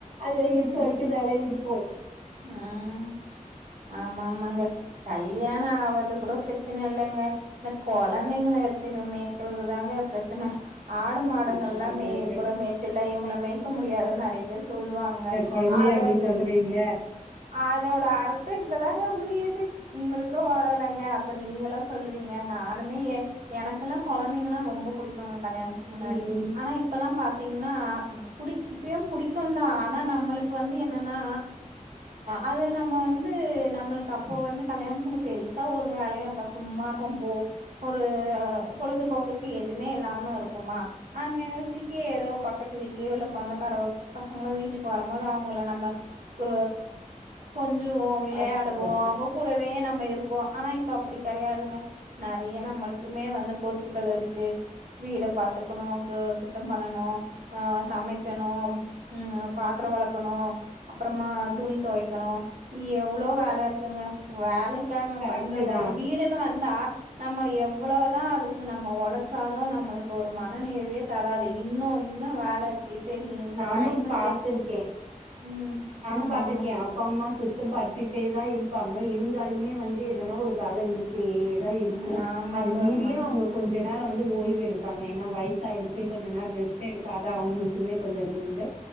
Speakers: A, on the right; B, on the right.
A: அதுவே இருக்க
B: ம்
A: வரைக்கு ஜாலியா இருப்போ
B: ம் ஆமாமாங்க கல்யாணோ ஆவது கூட பிரச்சன இல்லங்க இந்த கொழந்தைங்கள வெச்சு மேக்கிறது தாங்க பிரச்சன ஆடு மாடுங்கள்
A: என்ன
B: எல்லா
A: பண்றது
B: மேய் கூட மேய்ச்சலா இவங்கள மேய்க முடியாதுன்னு நிறைய பேர் சொல்லுவாங்க
A: கொழந்தையா
B: அத
A: அப்டி சொல்றீங்க
B: அதோட அர்த்தோ இப்பதாங்க புரியுது உங்களுக்கு வருலங்க அப்ப நீங்களு சொல்லுவீங்க நானுமே ஏ எனக்கெல்லா கொழந்தைங்கனா ரொம்ப புடிக்குங்க கல்யாணத்துக்கு முன்னாடி
A: ம் ம்.
B: ஆனா இப்பெல்லா பாத்தீங்கனா புடி இப்பயும் புடிக்கும்தா ஆனா நம்மளுக்கு வந்து என்னனா அத நம்ம வந்து நம்மளுக்கு அப்போ வந்து கல்யாணத்துக்கு முன்ன பெருசா ஒரு வேலையு இருக்காது சும்மா இருக்கும் போர் ஒரு பொழுதுபோக்குக்கு எதுமே இல்லாம இருக்குமா அந் என்னத்திக்கி ஏதோ பக்கத்து வீட்டுலயோ இல்ல ஸ் சொந்தக்கார பசங்கலு வீட்டுக்கு வரும்போது அவங்கள நம்ம கொ கொஞ்சுவோ விளையாடுவோ
A: பாத்துக்கறது
B: அவங்க கூடவே நம்ம இருப்போ ஆனா இப்ப அப்டி கெடையாதுங்க நெறைய நம்மளுக்குமே வந்து பொறுப்புகள் இருக்கு வீட பாத்துக்கணு க சுத்தோ பண்ணணு அ சமைக்கணு ம் பாத்தரோ வெளக்கணு அப்றோமா துணி தொவைக்கணு எவ்வளோ வேல இருக்குங்க வேலைக்காங்க
A: கரெக்ட்டு
B: பஞ்சோ
A: தா
B: ஒரு வீடுன்னு வந்தா நம்ம எவ்ளோதா அதுக்கு நம்ம ஒழச்சாலு நம்மளுக்கு ஒரு மன நிறைவே தராது இன்னு இன்னு வேல இருக்கு செரி இப்ப
A: நானு
B: டைம் இருக்கு
A: பாத்திருக்கே
B: ம்
A: நானு
B: ஆமா
A: பாத்திருக்கே
B: ஆமா
A: அப்பா அம்மா சுத்தம் படுத்துட்டே தா இருப்பாங்க இருந்தாலுமே வந்து எதனா ஒரு வேல இருந்துக்கிட்டே இரு தா இருக்கு
B: ம் ஆமாங்க
A: அது மீறியு
B: ஆமா
A: அவுங்க கொஞ்சோ நேரோ வந்து ஓய்வு எடுப்பாங்க ஏனா வயசு ஆயிடுச்சு கொஞ்ச நேரோ ரெஸ்டு எடுத்தா தா அவங்களுக்குமே கொஞ்சோ இதுண்டு